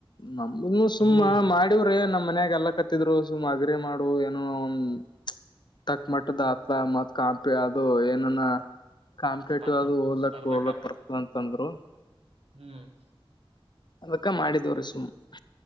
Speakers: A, on the left; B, on the right.
A: ನಮ್ಮ ನೀವು ಸುಮ್ಮ
B: ಹ್ಮ್
A: ಮಾಡಿ <inaudible> ಏ ನಮ್ಮ ಮನ್ಯಾಗ ಎಲ್ಲಾ ಎಲ್ಲಾಕತ್ತಿದ್ರು ಸುಮ್ಮ ಅಗ್ರಿ ಮಾಡು ಏನೋ ಒಂದ <inaudible> <unintelligible> ತಕ್ಕ ಮಟ್ಟದ ಅಪ್ಪ ಅಮ್ಮ ಕಾಪಿ ಅದು ಏನನ <inaudible> ಕಾಂಕ್ರೀಟ್
B: ಸ್ಪರ್ಧಾ
A: ಅದು ಓವರ
B: ಸ್ಪರ್ಧಕ
A: ಲ್ಯಾಪ ಓವರ ಲ್ಯಾಪ ಬರ್ತದ ಅಂತಂದ್ರು. <inaudible> <unintelligible>
B: ಹೂ <inaudible>
A: ಅದಕ್ಕ ಮಾಡಿದವರು ಸುಮ್ಮ <inaudible>